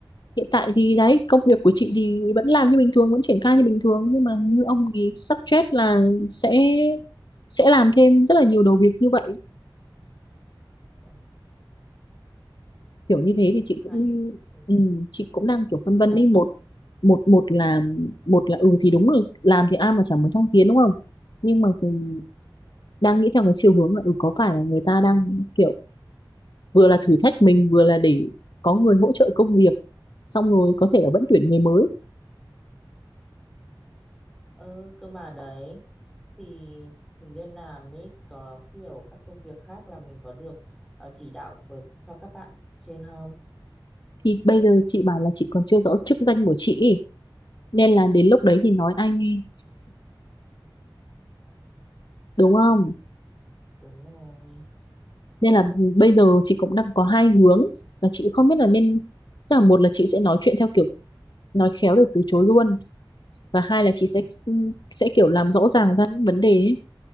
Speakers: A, on the left (about 60°); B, in the centre.
A: hiện tại thì đấy công việc của chị thì vẫn làm như bình thường vẫn triển khai như bình thường nhưng mà như ông ý suggest là sẽ sẽ làm thêm rất là nhiều đầu việc như vậy
B: Ồ,
A: kiểu như thế
B: cũng
A: thì chị cũng
B: hay ừ,
A: ừ, chị cũng đang kiểu
B: cũng
A: phân vân
B: hay
A: ấy
B: ha
A: một một một là một là ừ thì đúng rồi làm thì ai mà chẳng muốn thăng tiến đúng không nhưng mà cũng
B: ừ.
A: đang nghĩ theo cái chiều hướng là ừ có phải là người ta đang kiểu vừa là thử thách mình vừa là để có người hỗ trợ công việc xong rồi có thể là vẫn tuyển người mới
B: ờ cơ mà đấy thì mình lên làm ấy có kiểu các công việc khác là mình có được ờ, chỉ đạo với cho các bạn trên không
A: thì bây giờ chị bảo là chị còn chưa rõ chức danh của chị ý. nên là đến lúc đấy thì nói ai nghe
B: Ờ,
A: đúng không
B: đúng rồi
A: nên là bây giờ chị cũng đang có hai hướng là chị cũng không biết là nên tức là một là chị sẽ nói chuyện theo kiểu nói khéo để từ chối luôn và hai là chị
B: ừ.
A: sẽ sẽ kiểu làm rõ ràng ra những vấn đề ấy.